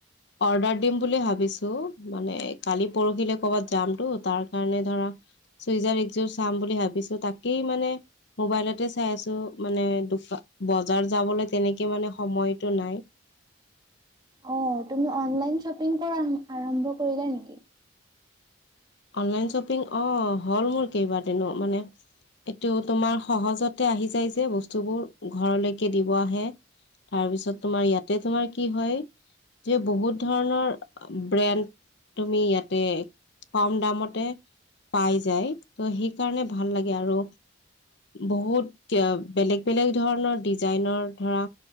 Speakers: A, on the left; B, on the right.
A: অৰ্ডাৰ দিম বুলি ভাবিছো মানে কালি পৰহিলে কৰ'বাত যামতটো তাৰ কাৰণে ধৰা চুইজাৰ একযোৰ চাম বুলি ভাবিছো তাকেই মানে মোবাইলতে চাই আছো মানে বজাৰ যাবলৈ তেনেকে মানে সময়তটো নাই
B: অ তুমি অনলাইন শ্বপিং কৰা আৰম্ভ কৰিলা নেকি
A: অনলাইন শ্বপিং অ হ'ল মোৰ কেইবাৰ দনো মানে এইটো তোমাৰ সহজতে আহি যায় যে বস্তুবোৰ ঘৰলৈকে দিব আহে তাৰপিছত তোমাৰ ইয়াতে তোমাৰ কি হয় যে বহুত ধৰণৰ ব্ৰেণ্ড তুমি ইয়াতে কম দামতে পাই যায় ত সেইকাৰণে ভাল লাগে আৰু বহুত বেলেগ বে বেলেগ ধৰণৰ ডিজাইনৰ ধৰা